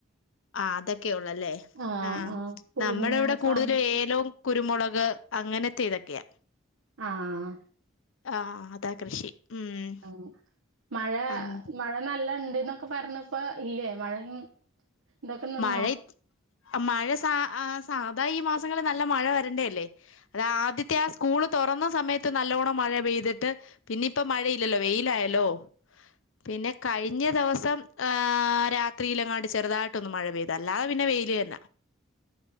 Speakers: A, on the left; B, on the right.
A: ആ അതൊക്കെയുള്ളു അല്ലേ
B: ആഹ്
A: ആ
B: ആഹ് പുളിങ്ങ
A: നമ്മടെ ഇവിടെ
B: ചാമ്പക്ക
A: കൂടുതലും ഏലവും കു രുമളക് അങ്ങനത്തെ ഇതൊക്കെയാ
B: ആഹ്
A: ആഹ് അതാ കൃഷി ഉം
B: ആഹ് മഴ
A: ആഹ്
B: മഴ നല്ലണ്ട് ഇന്നൊക്കെ പറ്ഞ്ഞപ്പൊ ഇല്ലേ മഴയി <unintelligible> നിന്നോ
A: മഴ ഇ- മഴ സാ ആ സാധാ ഈ മാസങ്ങളിൽ നല്ല മഴ വരണ്ടേല്ലേ അത ആദ്യത്തെ ആ സ്കൂള് തുറന്ന സമയത്ത് നല്ലോണം മഴ പെയ്തിട്ട് പിന്നെ ഇപ്പോ മഴയില്ലല്ലോ വെയിലായല്ലോ പിന്നെ കഴിഞ്ഞ ദിവസം ആ ഏ രാത്രിയിലങ്ങാട് ചെറുതാ യിട്ടൊന്ന് മഴ പെയ്ത് അല്ലാതെ പിന്നെ വെയില് തന്നെ